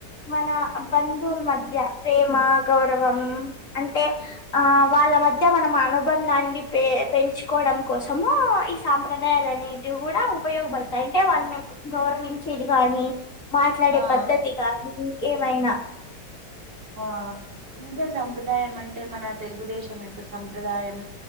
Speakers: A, on the left (about 45°); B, on the right (about 85°).
A: మన బంధువుల మధ్య ప్రేమ గౌరవం అంటే
B: ఉ
A: ఆ వాళ్ళ మధ్య మధ్య మనం అనుబంధాన్ని పె పెంచుకోవడం కోసము ఈ సాంప్రదాయాలన్నిటి కూడా ఉపయోగపడతాయి అంటే వాళ్ళని గౌరవించేది గాని మాట్లాడే
B: ఆ
A: పద్ధతి కానీ ఏమైన
B: ఆ ఉదస్ సంప్రదాయం అంటే మన తెలుగుదేశం తో ఎప్పుడు సంప్రదాయం